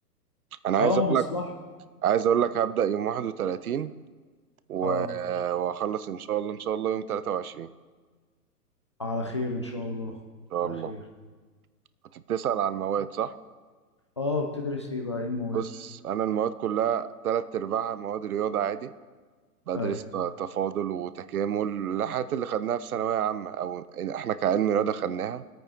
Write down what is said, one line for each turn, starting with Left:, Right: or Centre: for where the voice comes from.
Right: انا عايز
Left: اه
Right: اقول
Left: مصلحه
Right: لك عايز اقول لك هبدأ يوم 31 و-
Left: اه
Right: وهخلص ان شاء الله ان شاء الله يوم 23 ان
Left: على خير ان شاء الله
Right: شاء
Left: على
Right: الله
Left: خير
Right: كنت بتسأل على المواد صح
Left: اه بتدرس ايه بقى ايه المواد
Right: بص انا المواد كلها تلات ارباعها مواد رياضة عادي بدرس
Left: ايوه
Right: ت- تفاضل وتكامل الحاجات اللي خدناها في ثانوية عامة أو إحنا كعلم رياضة خدناها